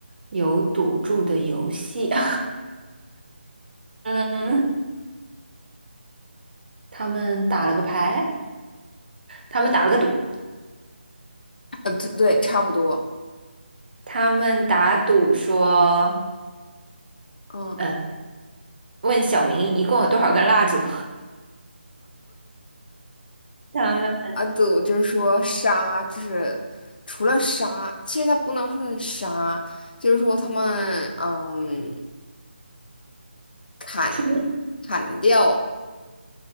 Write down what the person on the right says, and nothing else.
有赌注的游戏，<laughs> 嗯，他们打了个牌。他们打了个赌，
他们打赌说，
呃，问小明一共有多少根蜡烛，<laughs> 他们
吹